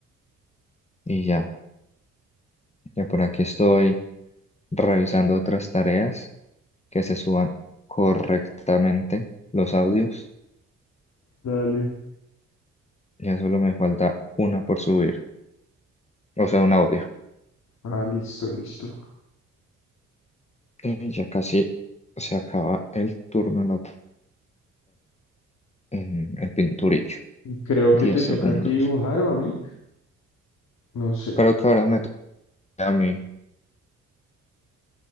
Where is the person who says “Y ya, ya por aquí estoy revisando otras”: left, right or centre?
Left